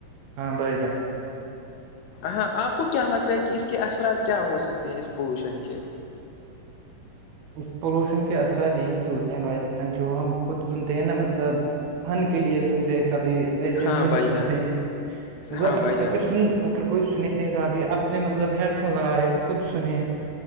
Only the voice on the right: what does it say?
ہاں بر سان
اس پولوشن کے اثرات یہی ہوتے ہیں بھائیان جو ہم خود سنتے ہیں نا مطلب فن کے لیے سنتے ہیں کبھی ایسے
میوزک
سنتے ہیں مطلب
اگر
سن اگر کوئی سنے گا بھی اپنے مطلب ہیڈ فون لگائے خود سنے